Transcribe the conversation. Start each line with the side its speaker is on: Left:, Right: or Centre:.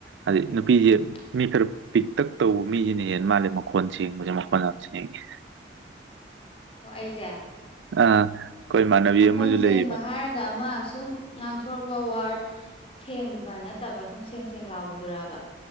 Right: ꯑ ꯅꯨꯄꯤꯁꯤꯦ
Left: ꯎꯝ
Right: ꯃꯤ ꯈꯔ ꯄꯤꯛꯇꯛ ꯇꯧꯕ ꯃꯤꯁꯤꯅ ꯍꯦꯟꯅ ꯃꯥꯜꯂꯦ ꯃꯈꯣꯟ ꯁꯦꯡꯕꯁꯦ ꯃꯈꯣꯟ ꯌꯥꯝ ꯁꯦꯡꯉꯦ
Left: ꯑꯣ ꯑꯩꯁꯦ
Right: ꯑꯥ ꯑꯩꯈꯣꯏ ꯏꯃꯥꯟꯅꯕꯤ
Left: ꯃꯈꯣꯟ
Right: ꯑꯃꯁꯨ
Left: ꯁꯦꯡꯕ
Right: ꯂꯩꯌꯦꯕ
Left: ꯍꯥꯏꯔꯒ ꯑꯃ ꯁꯨꯝ ꯉꯥꯡꯊꯣꯔꯛꯄ ꯋꯥꯔꯗ ꯁꯦꯡꯕ ꯅꯠꯇꯕ ꯁꯨꯝ ꯁꯦꯡ ꯁꯦꯡ ꯂꯥꯎꯕꯗꯨꯔꯔꯕ